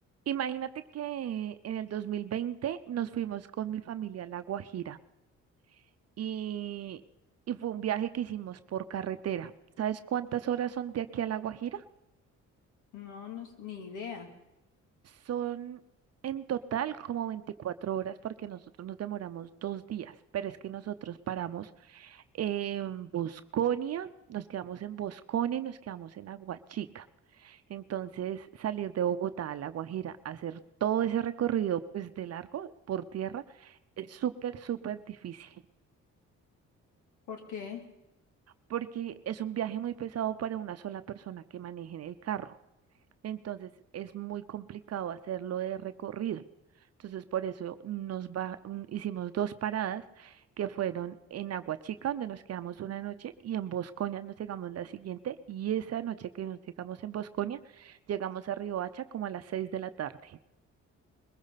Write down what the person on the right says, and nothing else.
Imagínate que en el 2020 nos fuimos con mi familia a La Guajira y, y fue un viaje que hicimos por carretera. ¿Sabes cuántas horas son de aquí a La Guajira?
Son en total como 24 horas porque nosotros nos demoramos dos días, pero es que nosotros paramos en Bosconia, nos quedamos en Bosconia y nos quedamos en Aguachica. Entonces, salir de Bogotá a La Guajira, hacer todo ese recorrido, pues de largo por tierra, es súper, súper difícil,
porque es un viaje muy pesado para una sola persona que maneje en el carro. Entonces, es muy complicado hacerlo de recorrido. Entonces, por eso nos va, mm, hicimos dos paradas que fueron en Aguachica, donde nos quedamos una noche, y en Bosconia nos llegamos la siguiente, y esa noche que nos llegamos en Bosconia, llegamos a Riohacha como a las seis de la tarde.